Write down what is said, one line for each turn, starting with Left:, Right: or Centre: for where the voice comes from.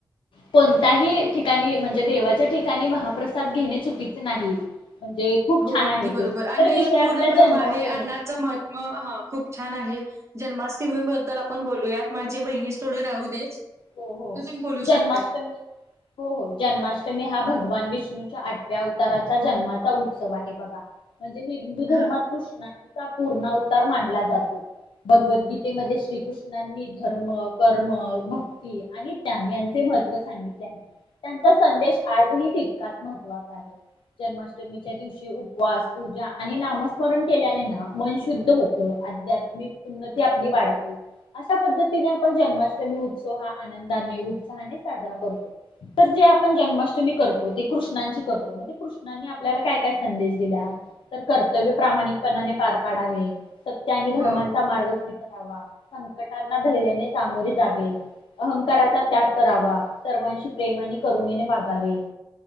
Left: कोणताही ठिकाणी म्हणजे देवाच्या ठिकाणी महाप्रसाद घेणे चुकीचे नाही म्हणजे खूप
Right: हो
Left: छान
Right: अगदी
Left: आहे
Right: बरोबर
Left: ते.
Right: अन्न
Left: तर विषय
Right: हे पूर्ण
Left: आपला
Right: ब्रम्म
Left: जन्माष्टमीचा.
Right: आहे अण्नाचं महातम ह खूप छान आहे जन्माष्टमी बद्दल आपण बोलूयात माझी बहिणीस थोडे राहू देच
Left: हो हो
Right: तुम्ही बोलू
Left: जन्माष्टमी
Right: शकताय.
Left: हो हो जन्माष्टमी हा भ भगवान विष्णूच्या आठव्या अवताराचा जन्माचा उत्सव आहे बघा म्हणजे हिंदू धर्मात
Right: हा
Left: कृष्णांचा पूर्ण अवतार मानला जातो भगवद्गीतेमध्ये श्रीकृष्णांनी धर्म कर्म भक् आणि त्याञन यांचे महत्त्व सांगितले आहे त्यांचा संदेश आजही तितकाच महत्त्वाचा आहे जन्माष्टमीच्या दिवशी उपवास पूजा आणि नामस्मरण केल्याले ना मन शुद्ध होतं आध्यात्मिक उन्नती आपली वाढते अशा पद्धतीने आपण जन्माष्टमी आनंदाने उत्साहाने साजरा करतो तर जे आपण जन्माष्टमी करतो ते कृष्णांच्या- कृष्णासाठी करतो मग ते कृष्णांनी आपल्या कायं - <unintelligible> संदेश दिल्यात. तर कर्तव्य प्रामाणिकपणाने पार पाडावं. त्यांनी
Right: हो
Left: धर्मांचा मार्ग स्वीकारावा संकटांना धैर्याने सामोरे जावे. अहंकाराचा त्याग करावा सर्वांशी प्रेमाने, करुणीने वागावे.